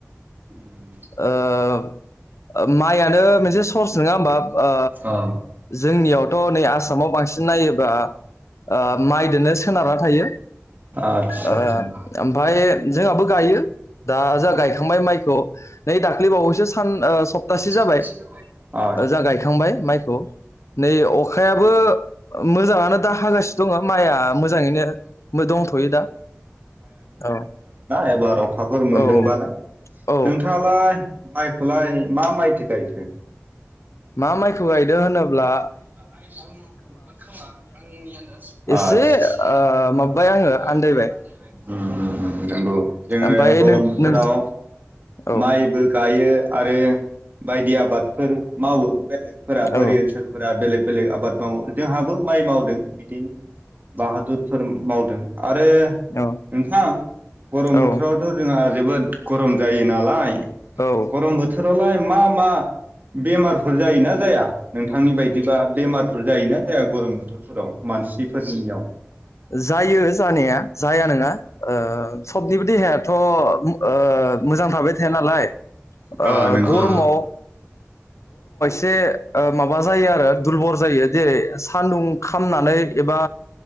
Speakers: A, on the right; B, on the left.
A: माइयानो
B: ओ माइयानो मोनसे सर्स नङा होमबा ओ
A: अ
B: जोंनियावथ' नै आसामाव बांसिन नायोब्ला ओ माइदोनो सोनारना थायो
A: आतसा
B: ओ
A: आतसा
B: ओमफाय जोंहाबो गायो दा
A: अ
B: जों गायखांबाय माइखौ नै दाख्लिबावैसो सान सप्तासे जाबाय
A: <unintelligible> ना
B: जोंहा गायखांबाय माइखौ नै अखायाबो मोजाङानो दा हागासिनो दङ माइआ मोजाङैनो दंथ'यो दा औ
A: एबार अखाफोर मोनदोंबा
B: औ
A: ना
B: औ
A: नोंथाङालाय माइ खलाय मा माइथो गायो <inaudible>
B: मा माइखौ गायो दो होनोब्ला
A: आइजुम मोन खोमा आंनि आनदआस
B: एसे
A: आदस इसे ओ
B: माबाबाय आङो
A: मोनबाय
B: आन्दायबाय
A: आंङो आनदायबाय उम उम नोंगौ जोङो
B: ओमफ्राय
A: गरम
B: नों
A: बोथोराव
B: नों औ
A: माइबो गायो। आरो बायदि आबादफोर मावो। बेलेगफोरा बोरि
B: औ
A: ओनसोलफोरा बेलेग बेलेग आबाद मावो जोंहाबो माइ मावदों बि दि बाहादुरफोर मावदों आरो
B: औ
A: नोंथां गरम
B: औ
A: बोथोरावथ' जोंहा जोबोद गरम जायो नालाय
B: औ ओ
A: गरम बोथोरावलाय मा मा बेमारफोर जायोना जाया? नोंथांनि बायदिबा बेमारफोर जायोना जाया गरम बोथोरफोराव मानसिफोरनियाव? औ
B: जायो जानाया जाया नङा ओ सबनिबो देहायाथ' मोजां थाबाय थाया नालाय ओ
A: ओ
B: गरमाव <unintelligible> माबा जायो आरो दुरबल जायो जेरै सानदुं खामनानै एबा